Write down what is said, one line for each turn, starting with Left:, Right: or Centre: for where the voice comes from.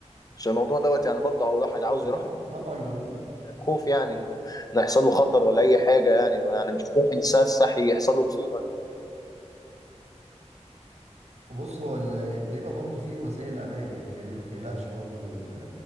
Left: عشان الموضوع دوت يعني برضه واحد عاوز يروح
Right: طبعا طبعا جربت
Left: خوف يعني انه إنه يحصل له خطر ولا اي حاجه يعني يعني مش روح انسان صحي يحصل له مصيبه
Right: بص هو ال- بيبقى برضو فيه وسائل امان يعني فاهمني ما تقلقش برضو من